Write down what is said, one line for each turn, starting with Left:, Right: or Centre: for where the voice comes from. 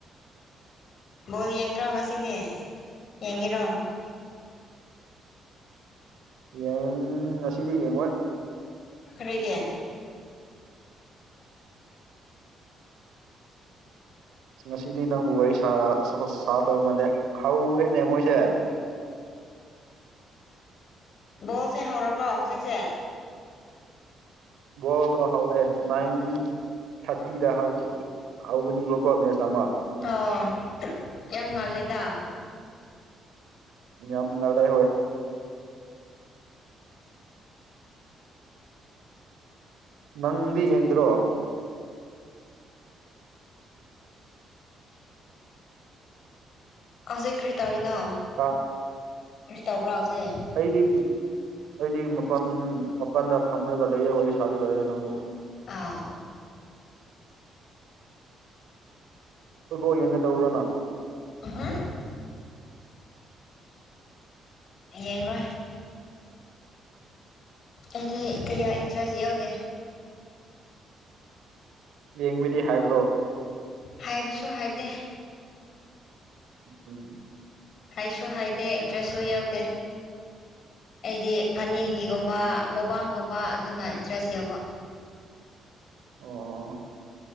Left: ꯕꯣꯜ ꯌꯦꯡꯗ꯭ꯔꯣ ꯉꯁꯤꯗꯤ ꯌꯦꯡꯉꯤꯔꯣ
Right: ꯌꯦꯡ ꯉꯁꯤꯗꯤ ꯌꯦꯡꯉꯣꯏ
Left: ꯀꯔꯤꯒꯦ
Right: ꯉꯁꯤꯗꯤ ꯅꯪꯕꯨ ꯋꯥꯔꯤ ꯁꯥ ꯁꯥ ꯁꯥꯇꯧ ꯃꯥꯟꯇꯦ ꯍꯧꯔꯦꯅꯦ ꯃꯣꯏꯁꯦ
Left: ꯕꯣꯜꯁꯦ ꯍꯧꯔꯕ꯭ꯔꯣ ꯍꯧꯖꯤꯛꯁꯦ
Right: ꯕꯣꯜꯗꯣ ꯍꯧꯔꯦ ꯅꯪ ꯊꯥꯔꯇꯤꯗ ꯍꯧ ꯍꯧꯕꯅꯤꯕꯀꯣ ꯃꯦꯠꯆ ꯑꯃ
Left: ꯑꯣ ꯌꯥꯝ ꯉꯥꯜꯂꯦꯗꯥ
Right: ꯌꯥꯝ ꯉꯜꯂꯦ ꯍꯣꯏ ꯅꯪꯗꯤ ꯌꯦꯡꯗ꯭ꯔꯣ
Left: ꯍꯧꯖꯤꯛ ꯀ꯭ꯔꯤ ꯇꯧꯔꯤꯅꯣ
Right: ꯑꯥ
Left: ꯀ꯭ꯔꯤ ꯇꯧꯕ꯭ꯔꯥ ꯍꯧꯖꯤꯛ
Right: ꯑꯩꯗꯤ ꯑꯩꯗꯤ ꯃꯄꯥꯟ ꯃꯄꯥꯟꯗ ꯐꯝꯂꯒ ꯂꯩꯌꯦ ꯋꯥꯔꯤ ꯁꯥꯔꯒ ꯂꯩꯔꯦ ꯅꯪꯕꯨ
Left: ꯑꯥ
Right: ꯐꯨꯠꯕꯣꯜ ꯌꯦꯡꯒꯗꯧꯔꯥ ꯅꯪ
Left: <unintelligible> ꯌꯦꯡꯔꯣꯏ ꯑꯩꯗꯤ ꯀꯌꯥ ꯏꯟꯇꯔꯦꯁ ꯌꯥꯎꯗꯦ
Right: ꯌꯦꯡꯕꯗꯤ ꯍꯥꯏꯕ꯭ꯔꯣ
Left: ꯍꯥꯏꯕꯁꯨ ꯍꯥꯏꯗꯦ
Right: ꯎꯝ
Left: ꯍꯥꯏꯁꯨ ꯍꯥꯏꯇꯦ ꯏꯟꯇ꯭ꯔꯦꯁꯁꯨ ꯌꯥꯎꯗꯦ ꯑꯩꯗꯤ ꯐꯟꯅꯤꯒꯤꯒꯨꯝꯕ ꯃꯣꯕꯥꯡꯒꯨꯝꯕ ꯑꯗꯨꯅ ꯏꯟꯇ꯭ꯔꯦꯁ ꯌꯥꯎꯕ
Right: ꯑꯣ